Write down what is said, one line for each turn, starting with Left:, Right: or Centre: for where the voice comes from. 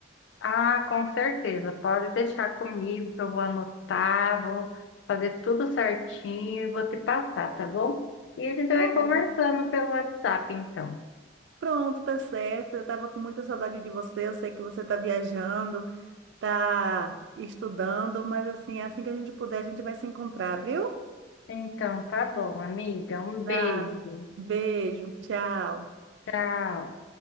Left: Ah, com certeza. Pode deixar comigo que eu vou anotar, vou fazer tudo certinho e vou te passar, tá bom? E a gente vai
Right: Tá bom.
Left: conversando pelo WhatsApp, então.
Right: Pronto, tá certo. Eu estava com muita saudade de você, eu sei que você está viajando. tá estudando, mas assim, assim que a gente puder, a gente vai se encontrar, viu?
Left: Então, tá bom, amiga. Um
Right: Tá.
Left: beijo.
Right: Beijo, tchau.
Left: Tchau.